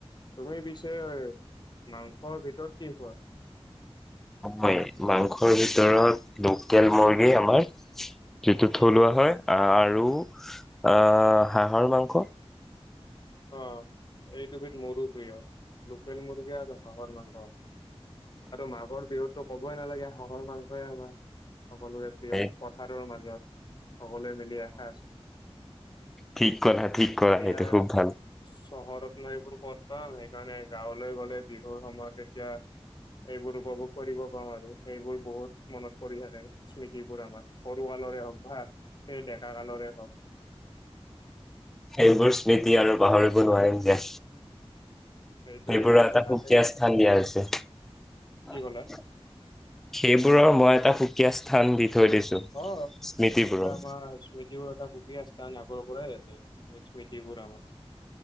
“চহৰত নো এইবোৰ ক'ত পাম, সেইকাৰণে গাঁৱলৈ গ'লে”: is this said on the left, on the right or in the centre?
Left